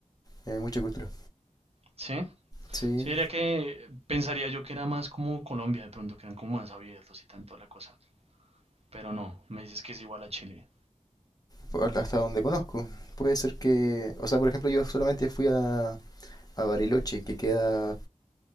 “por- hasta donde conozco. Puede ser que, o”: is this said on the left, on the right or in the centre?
Left